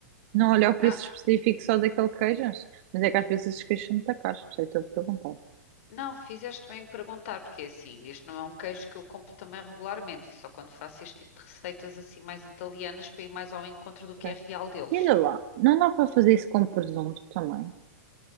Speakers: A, on the right; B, on the left.
A: não olha o preço
B: Ah,
A: específico só daquele queijo, mas mas é que às vezes esses queijos são muito caros, por isso é que estou a perguntar.
B: Não, fizeste bem em perguntar, porque é assim, isto não é um queijo que eu compro também regularmente, e só quando faço este tipo de receitas assim mais italianas para ir mais ao encontro do que
A: Ok.
B: é real deles.
A: E Olha lá, não dá para fazer isso com presunto também.